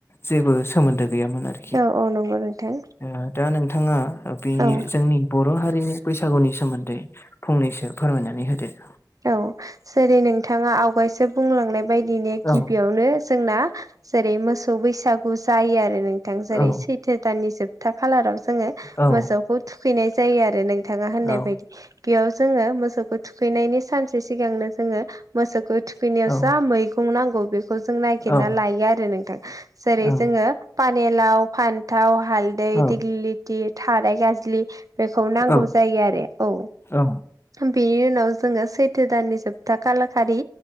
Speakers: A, on the left (about 35°); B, on the right (about 50°).
A: जेबो सोमोन्दो गैयामोन आरोखि।
B: औ औ नंगौ नोंथां।
A: ओ दा नोंथाङा बे
B: औ
A: जोंनि बर' हारिनि बैसागुनि सोमोन्दै फंनैसो फोरमायनानै होदो।
B: औ जेरै नोंथाङा आवगायसो बुंलांनाय बायदिनि
A: औ
B: गिबियावनो जोंना जेरै मोसौ बैसागु जायो आरो नोंथां जेरै
A: औ
B: सैथो दाननि जोबथा खालाराव जोङो
A: औ
B: मोसौखौ थुखैनाय जायो आरो नोंथाङा होननाय
A: औ
B: बायदि। बेयाव जोङो मोसौखौ थुखैनायनि सानसे सिगांनो जोङो मोसौखौ थुखैनायाव
A: औ
B: जा मै थुम नांगौ बेखौ जों नागिरना
A: औ
B: लायो आरो नोंथां जेरै
A: औ
B: जोङो पानेलाव फान्थाव हालदै
A: औ
B: दिगलिथि थाराय गाजलि। बेखौ नांगौ
A: औ
B: जायो आरो औ
A: औ
B: बेनि उनाव जोङो सैथ थो दाननि जोबथा खालारखालि